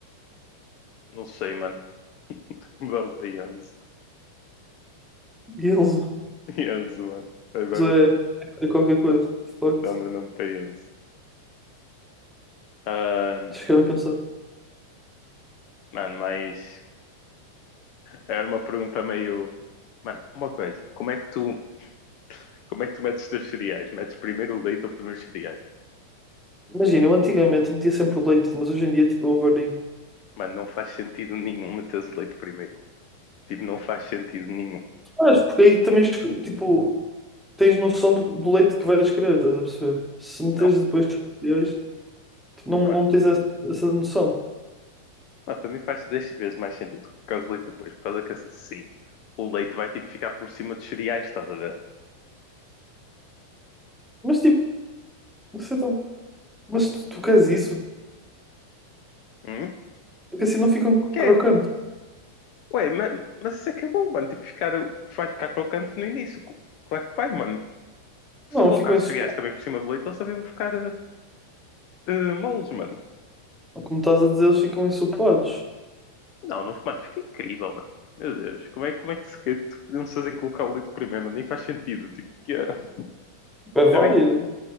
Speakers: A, on the left; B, in the centre.
A: Não sei, mano. <laughs> Mudava para Enzo.
B: E eles
A: Enzo, <laughs> mano. Vai, vai,
B: é,
A: vai.
B: é qualquer coisa, de facto.
A: Dá o meu nome para Enzo. Ah,
B: Chegaram a pensar.
A: mano, mas. Era uma pergunta meio. Mano, uma coisa, como é que tu, como é que tu metes os teus cereais? Metes primeiro o leite ou primeiro os cereais?
B: Imagina, eu antigamente metia sempre o leite, mas hoje em dia tipo, eu vario.
A: Mano, não faz sentido nenhum meteres o leite primeiro, mano. Tipo, não faz sentido nenhum.
B: Mas porque aí também tipo, tens noção do, do leite que vais querer, estás a perceber? Se meteres
A: Não,
B: depois os cereais, tipo, não,
A: mano,
B: não tens essa, essa noção.
A: mano, para mim faz 10 vezes mais sentido colocar o leite depois, por causa que assim, o leite vai tipo ficar por cima dos cereais, estás a ver?
B: Mas tipo, você tá- mas tu, tu queres isso?
A: Hum?
B: É que assim não ficam
A: Quero.
B: crocantes.
A: Ué, mas, mas isso é que é bom, mano. Tipo, ficar, vai ficar crocante no início. Cl- Claro que vai, mano.
B: Não,
A: Se tu colocar
B: ficam
A: os
B: ensopados.
A: cereais também por cima do leite, eles também vão ficar eh, eh, moles, mano.
B: Como estás a dizer, eles ficam ensopados.
A: Não, não, mano, fica incrível, mano. Meu Deus, como é, como é que se que não se fazem colocar o leite primeiro, mano? Nem faz sentido. Tipo, que, é- <laughs>
B: É válido.
A: também,